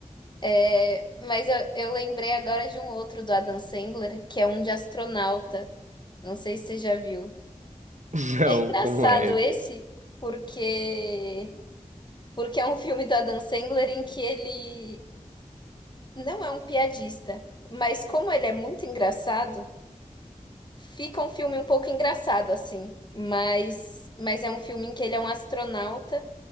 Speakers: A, on the left (about 35°); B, on the right (about 65°).
A: É, mas eu, eu lembrei agora de um outro do Adam Sandler, que é um de astronauta. Não sei se você já viu.
B: <laughs> Não,
A: É engraçado
B: como é?
A: esse, porque porque é um filme do Adam Sandler em que ele não é um piadista, mas como ele é muito engraçado, Fica um filme um pouco engraçado, assim, mas, mas é um filme em que ele é um astronauta,